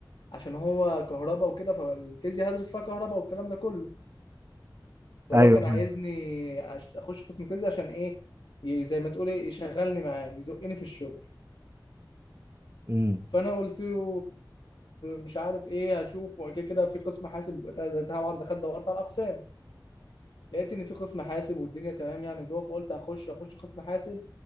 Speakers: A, on the left; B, on the right.
A: عشان هو كهرباء وكده فالفيزياء هدرس فيها كهرباء والكلام ده كله فهو
B: ايوه
A: كان
B: فاهم
A: عايزني أش- اخش قسم فيزياء عشان ايه ي- زي ما تقول ايه يشغلني معاه يزقني في الشغل
B: امم
A: فانا قلت له مش عارف ايه هشوف وبعد كده كده في قسم حاسب ده- ده طبعا دخلت دورت على الاقسام لقيت ان في قسم حاسب والدنيا تمام يعني جوه فقلت هخش هخش قسم حاسب